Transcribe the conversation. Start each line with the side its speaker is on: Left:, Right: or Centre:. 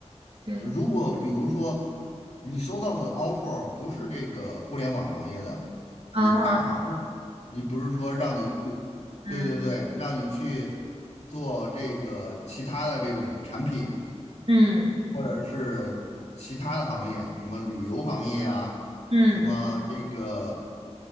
Right: 对，
Left: 呃如果比如说你收到的 offer 不是这个互联网行业的，
Right: 啊，
Left: 你跨行了，你不是说让你去，
Right: 嗯
Left: 对对对，让你去做这个其他的这种产品，
Right: 嗯
Left: 或者是其他的行业，什么旅游行业啊，
Right: 嗯
Left: 什么这个